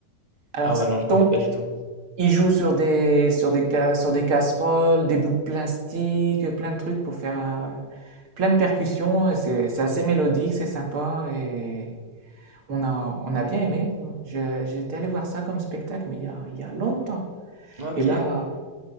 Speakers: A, on the right (about 40°); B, on the right (about 15°).
A: Alors
B: Ah ouais,
A: Stomp,
B: non, je connais pas du tout.
A: ils jouent sur des, sur des, ca- sur des casseroles, des bouts de plastique, plein de trucs pour faire euh, plein de percussions. Et C'est, c'est assez mélodique, c'est sympa et on a, on a bien aimé. Je- j'étais allé voir ça comme spectacle, mais il y a, il y a longtemps.
B: Ok.
A: Et là,